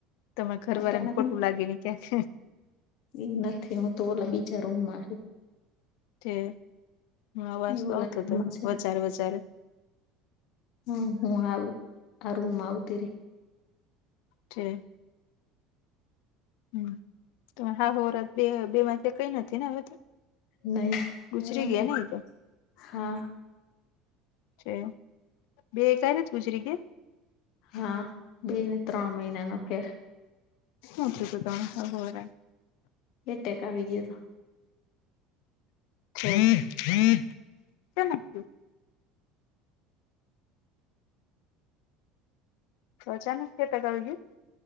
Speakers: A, on the left; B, on the left.
A: તમારે ઘરવાળાને
B: અટાણે
A: ખોટું લાગે ને ક્યાંક.
B: એ નથી હું તો ઓલા બીજા રૂમ માં હે.
A: છે અવાજ
B: ઈ
A: તો
B: ઓલા
A: આવતો
B: રૂમમાં
A: હતો
B: છે
A: વચારે વચારે.
B: હમ હું આવું સારુ હું આવતી ર.
A: ઠીક. તમારા સાસુહોરા બે બે માંથી એકય નથી ને હવે તો.
B: નહીં,
A: ગુજરી
B: નથી,
A: ગયા ને ઈ તો
B: હા.
A: છે. બે કઈ રીતે ગુજરી કે.
B: હા, બે ને, ત્રણ મહિના નો ફેર.
A: હછ તો તરા <unintelligible>
B: એટે કાવી ગયો હતો.
A: હ હ શ <unintelligible> તોચાાન ફટ કરળજું <unintelligible>